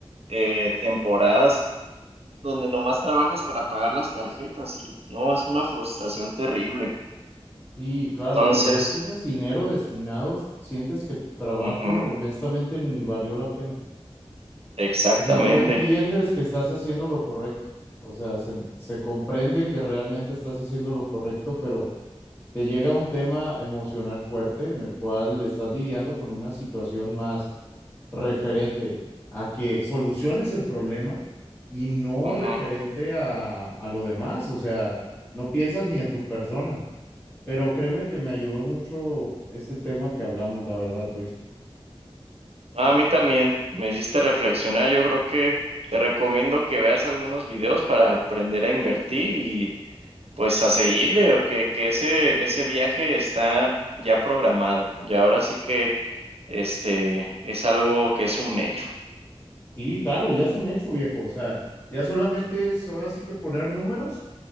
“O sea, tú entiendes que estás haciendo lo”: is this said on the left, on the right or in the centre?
Left